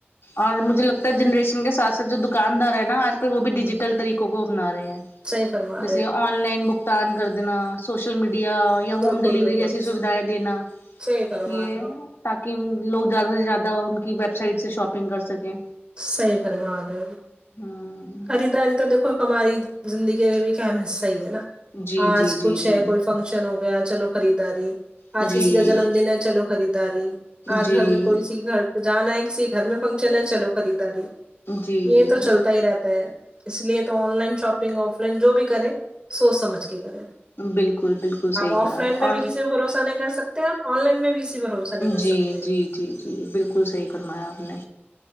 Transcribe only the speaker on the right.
صحیح فرما
رہے
بالکل
بالکل
<unintelligible>
صحیح فرما رہے ہو
خریداری تو دیکھو ہماری زندگی کا بھی ایک اہم حصہ ہی ہے نا
آج
کچھ
ہے کوئی فنکشن ہو گیا چلو خریداری
آج کسی کا جنم دن ہے چلو خریداری آج
گھر میں کوئی سی گھر جانا ہے کسی گھر میں فنکشن ہے چلو خریداری
یہ تو چلتا ہی رہتا اس لیے تو online shopping offline جو بھی کریں سوچ سمجھ کے کریں
آپ آف
لائن
میں
بھی کسی پے بھروسہ نہیں کر سکتے آپ آن لائن میں بھی کسی بھروسہ نہیں کر
سکتے